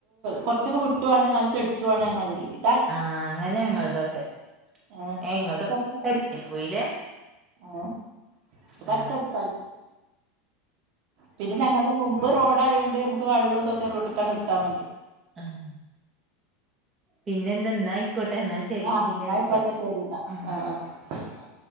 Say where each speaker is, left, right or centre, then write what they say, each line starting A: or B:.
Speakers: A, on the right (about 60°); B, on the right (about 25°).
A: കൊറച്ചൊക്കെ വിട്ടു ആണ് എന്നാല്ട്ട് അടുത്തുയാണ് പറഞ്ഞ മാതിരില്ലേ
B: ആ അങ്ങനെ ഞങ്ങളതൊക്കെ.
A: ഏഹ്
B: ഏ ഇങ്ങളതൊക്കെ
A: ഇത് തൊട്ട്
B: എട്ത്ത്ക്ക്‌ പോയിലേ
A: ഏഹ് ഇത്
B: ആ
A: തൊട്ടടുത്തായി പിന്നെ ഞങ്ങളത് മുമ്പ് റോഡായൊണ്ട് മക്ക് വെള്ളോംതൊക്കെ റോട്ട്കണ്ട് വിട്ടാമതി
B: ആഹ് പിന്നെന്താ എന്നാ ആയിക്കോട്ടെ എന്നാ ശരി
A: ആ എന്നായ്ക്കോട്ടെ
B: പിന്നെ വിളിക്കണ്ട്
A: ശെരിന്നാ
B: ഉം
A: ആ ആ